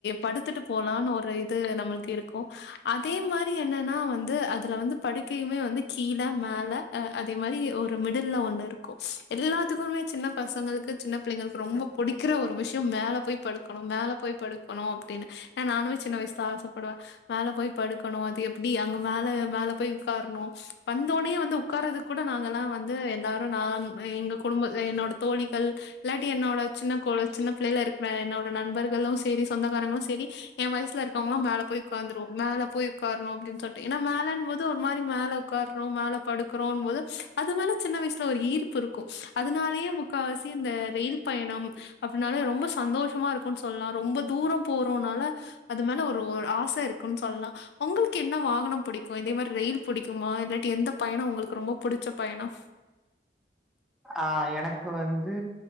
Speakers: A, on the left; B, in the centre.
A: படுத்துட்டு போலான்னு ஒரு இது நம்மளுக்கு இருக்கும் அதே மாரி என்னன்னா வந்து அதுல வந்து படுக்கையுமே வந்து கீழ மேல அ அதே மாரி ஒரு மிடில்ல ஒண்ணு இருக்கு எல்லாத்துக்குமே சின்ன பசங்களுக்கு சின்ன புள்ளைங்களுக்கு ரொம்ப புடிக்கிற ஒரு விஷயோ மேல போய் படுக்கணும் மேல போய் படுக்கணும் அப்டின்னு ஏனா நானுமே சின்ன வயசுல ஆசப்படுவ மேல போய் படுக்கணு அது எப்டி அங்க மேல மேல போய் உக்காரணு வந்தோனே வந்து உக்காறதுக் கூட நாங்கல்லா வந்து எல்லாரு நான் எங்க குடும்ப என்னோட தோழிகள் இல்லாட்டி என்னோட சின்ன கொழ சின்ன பிள்ளைல இருக்கற என்னோட நண்பர்களு சேரி சொந்தக்காரங்களு சேரி எ வயசுல இருக் ங்களா மேல போய் உக்காந்துருவோ மேல போய் உக்காரணு அப்டின்னு சொல்ட்டு ஏன்னா மேலன் போது ஒரு மா மேல உக்கார்றோ மேல படுக்றோன் போது அது மேல சின்ன வயசுல ஒரு ஈர் க்கும் அதனாலேயே முக்காவாசி இந்த ரயில் பயணம் னால ரொம்ப சந்தோஷமா இருக்குனு சொல்லா ரொம்ப தூரோ போறோம்னால அது மேல ஒ ஒரு ஆச இருக்குன்னு சொல்லா உங்களுக்கு என்ன வாகனம் புடிக்கும் இதே மாரி ரயில் புடிக்குமா இல்லாட்டி எந்த பயணம் உங்களுக்கு ரொம்ப புடிச்ச பயணம்
B: ஆ எனக்கு வந்து